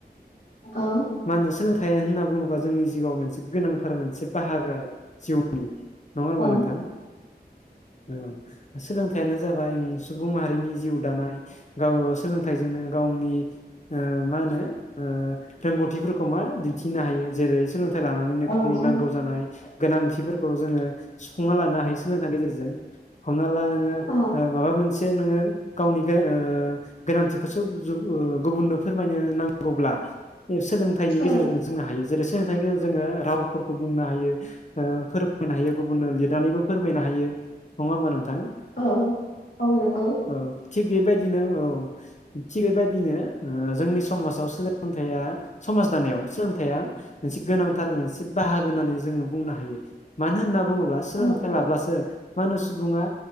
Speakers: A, on the left; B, on the left.
A: औ
B: मा होनो सोलोंथाइ होनना बुङोबा जोंनि जिउआव मोनसे गोनांथार मोनसे बाहागो आरो जिउनि नङा होनबा
A: औ
B: नोंथां औ सोलोंथाइयानो जाबाय सुबुं माहारिनि जिउ दानाय गाव सोलोंथाइजोंनो गावनि ओ मा होनो ओ रोंगौथिफोरखौ मा दिन्थिनो हायो जेरै सोलोंथाय लानानैनो गावनि
A: औ औ
B: नांगौ जानाय गोनांथिफोरखौ जोङो सुफुंना लानो हायो सोलोंथाइनि गेजेरजों हमना ला नोङो‌
A: औ
B: ओ माबा मोनसे नोङो गावनि गो ओ‌‌ गोनांथिखोसो जुग ओ गुबुननो फोरमायनो नांगौब्ला सोलोंथाइनि गेजेरजोंनो
A: औ
B: जोंनो हायो जेरै सोलोंथाइनि गेजेरजों जोङो रावफोरखौ बुंनो हायो ओ फोरबो फोरमायनो हायो गुबुननो लिरनानैबो फोरमायनो हायो नङा होमबा नोंथां नोंथां
A: औ औ नंगौ
B: औ थिग बेबायदिनो औ थिग बेबायदिनो दिनो ओ जोंनि समाजाव सोलोंथाइ या समाज दानायाव सोलोंथाइया मोनसे गोनांथार मोनसे बाहागो होननानै जों बुंनो हायो मानो होनना बुङोब्ला सोलोंथाइ
A: औ औ
B: लाब्लासो मा होनो सुबुङा